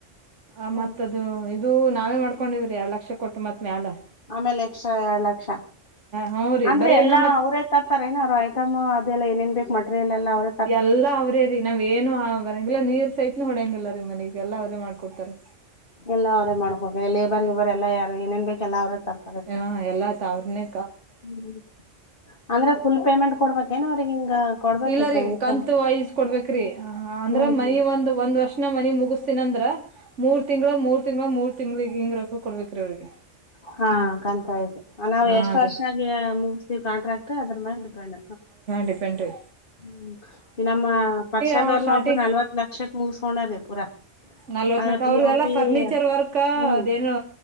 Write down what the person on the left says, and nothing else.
ಹ್ಮ್
ಆಮೇಲೆ ಎಕ್ಸ್ಟ್ರಾ ಎರಡ್ ಲಕ್ಷ
ಅಂದ್ರೆ
ಎಲ್ಲಾ
ಅವ್ರ ತತ್ತತಾರೆಏನ ಅವ್ ಐಟಮ ಅದೆಲ್ಲ ಏೇನ್ ಬೇಕ ಮಟೀರಿಯಲ್ ಎಲ್ಲ ಅವ್ರ
ಎಲ್ಲ ಅವರ ಮಾಡ್ಬೇಕ ಲೇಬರ್ಗೆ ಇಬರ್ ಎಲ್ಲ ಯಾರು ಏನೇನ್ ಬೇಕ ಎಲ್ಲ ಅವರೇ ತರ
ಹ್ಮ ಅಂದ್ರೆ ಫುಲ್ ಪೇಮೆಂಟ್ ಕೊಡ್ಬೇಕೇನ ಅವ್ರಿಗೆ ಹಿಂಗ ಕೊಡ್ಬೇಕ
ಈಗ
ಇನ್ಕಮ್?
ಹ್ಮ್ ಹ್ಮ್
ಹಾ ಕಂತಾಯ್ತು ನಾವವು
ಎಷ್ಟ್ ವರ್ಷ
ಆಗ ಮುಗಿಸತಿೀವಿ ಕಾಂಟ್ರಾಕ್ಟ್ ಅದ್ರ ಮ್ಯೆ ಡಿಪೆಂಡ್
ಹ್ಮ ಈ ನಮ್ಮ ಪರ್ಷದವ್ರನು
ಒಬ್ಬರು ನಲ್ವತ್ ಲಕ್ಷಕ್ ಮುಗಿಸಕೊಂಡಾರ್ರೀ ಪೂರಾ
ಅಂದ್ರ
ಪಿ
ಒ ಪಿ
ಹ್ಮ್